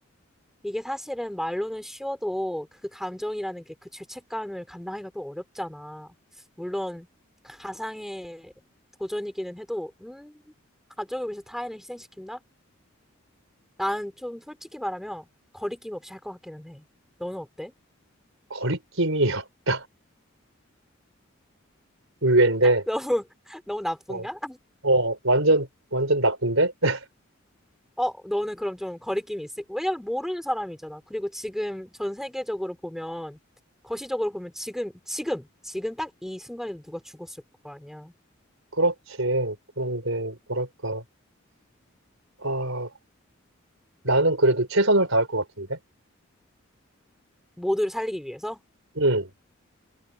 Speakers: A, in the centre; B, on the right.
A: 이게 사실은 말로는 쉬워도 그 감정이라는 게 그 죄책감을 감당하기가 또 어렵잖아. 물론 가상의 도전이기는 해도, 음, 가족을 위해서 타인을 희생시킨다? 나는 좀 솔직히 말하면 거리낌 없이 할 것 같기는 해. 너는 어때?
B: 거리낌이 <laughs> 의외인데,
A: 너무 <laughs> 너무 나쁜가?
B: 어, 어, 완전, 완전 나쁜데? <laughs>
A: 어, 너는 그럼 좀 거리낌이 있을? 왜냐면 모르는 사람이잖아. 그리고 지금 전 세계적으로 보면 거시적으로 보면 지금 지금 지금 딱 이 순간에도 누가 죽었을 거 아니야.
B: 그렇지. 그런데, 뭐랄까. 아, 나는 그래도 최선을 다할 것 같은데?
A: 모두를 살리기 위해서.
B: 응,